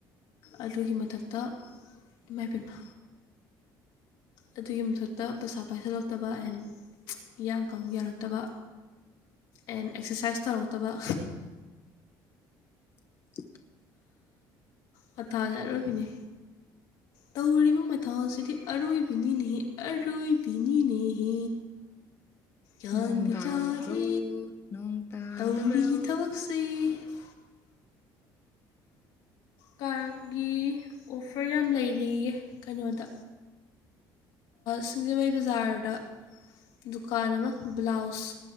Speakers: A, on the left; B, on the left.
A: ꯑꯗꯨꯒꯤ ꯃꯊꯛꯇ ꯏꯃꯥꯏꯕꯃ ꯑꯗꯨꯒꯤ ꯃꯊꯛꯇ ꯄꯩꯁꯥ ꯄꯥꯏꯁꯤꯜꯂꯛꯇꯕ ꯑꯦꯟ ꯍꯤꯌꯥꯡ ꯀ ꯌꯥꯔꯛꯇꯕ ꯑꯦꯟ ꯑꯦꯛꯁꯔꯁꯥꯏꯁ ꯇꯧꯔꯛꯇꯕ
B: <unintelligible>
A: ꯄꯊꯥꯖꯠꯔꯣꯏꯕꯤꯅꯦ ꯇꯧꯔꯤꯕ ꯃꯊꯥꯎ ꯑꯁꯤꯗꯤ ꯑꯔꯣꯏꯕꯤꯅꯤꯅꯦꯍꯦ ꯑꯔꯣꯏꯕꯤꯅꯤꯅꯦꯍꯦ ꯌꯥꯗ
B: ꯅꯣꯡ
A: ꯆꯥꯗ
B: ꯇꯥꯗ꯭ꯔꯣ ꯅꯣꯡ ꯇꯥꯗꯕ꯭ꯔꯣ
A: ꯇꯧꯔꯤ ꯊꯕꯛꯁꯤ ꯁ ꯀꯥꯒꯤ ꯑꯣꯐꯔ ꯌꯥꯝ ꯂꯩꯔꯤꯌꯦ ꯀꯩꯅꯣꯗ ꯁꯤꯡꯖꯃꯩ ꯕꯖꯥꯔꯗ ꯗꯨꯀꯥꯟ ꯑꯃ ꯕ꯭ꯂꯥꯎꯁ